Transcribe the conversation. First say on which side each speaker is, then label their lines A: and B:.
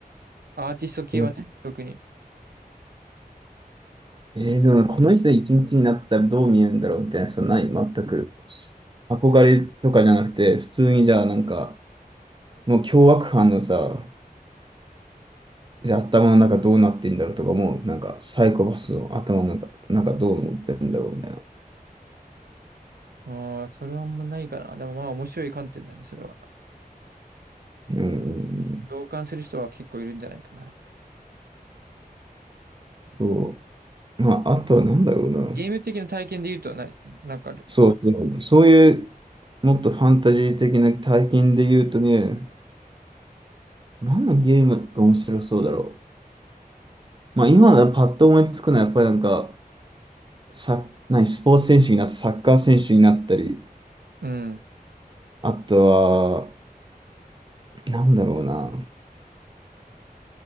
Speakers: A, on the right; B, on the right.
A: アーティスト系はね、
B: え
A: 特に。
B: えーでもねこの人一日になったらどう見えるんだろうみたいなさ、ない全く。憧れとかじゃなくて、普通にじゃあなんか、もう凶悪犯のさ、じゃあ頭の中どうなってんだろうとか思う。なんかサイコパスの頭の中、なんかどう思ってんだろうみたいな。
A: ああ、それはあんまないかな。でもまあ面白い観点だね、それは。
B: うん、
A: 同感する人は結構いるんじゃないかな。
B: そう。まあ、あとはなんだろうな。
A: ゲーム的な体験で言うと何、なんかある。
B: そう、そう、そういう、もっとファンタジー的な体験で言うとね、何のゲームが面白そうだろう。まあ、今だパッと思いつくのは、やっぱりなんか、サ何、スポーツ選手になった、サッカー選手になったり、
A: うん。
B: あとは、なんだろうな。